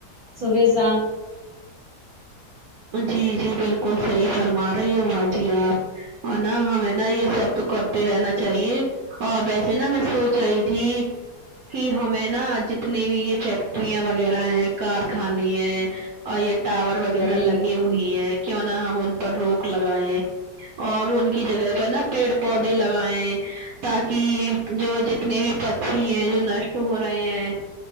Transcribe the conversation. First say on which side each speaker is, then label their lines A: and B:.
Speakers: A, on the right; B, on the right.
A: صبح شام
B: جی جی بالکل صحیح فرما رہی ہو با جی آپ اور نہ ہمیں نا یہ سب تو کرتے رہنا چاہیے آ ویسے نا میں سوچ رہی تھی کہ ہمیں نا جتنے بھی یہ فیکٹریاں وغیرہ ہیں کارخانے ہیں اور یہ ٹاور وغیرہ
A: ہوں
B: لگی ہوئی ہے کیوں نہا ہم ان پر روک لگائے اور ان کی جگہ پر نا پیڑ پودے لگائےیں تاکہ جو جتنے بھی پھٹی ہیں جو نشٹ ہو رہے ہیں